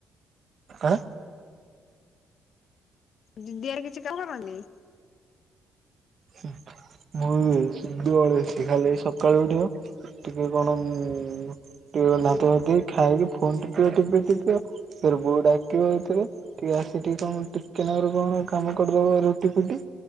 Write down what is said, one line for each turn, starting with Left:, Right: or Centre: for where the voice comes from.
Right: ଆଁ?
Left: ଦିଦିଆରେ କିଛି <unintelligible>
Right: ହୁଁ। ମୁଁ ବି ସୁଦୁ ଅଳସେଇ ଖାଲି ଏଇ ସକାଳୁ ଉଠିବ ଟିକେ କଣ ଉଁ ଟୁ ଦାନ୍ତ ଘଷିଦେଇ ଖାଇକି ଫୋନ୍ ଟିପିବ ଟିପିବ ଟିପିବ ତାରେ ବୋଉ ଡାକିବ ଏତୋଳେ ଟିଏ ଆ ହେଠି କଁ ଟିକେ ନାକୁରୁ କଣ କାମ କରିଦବ ରୁଟି ଫୁଟି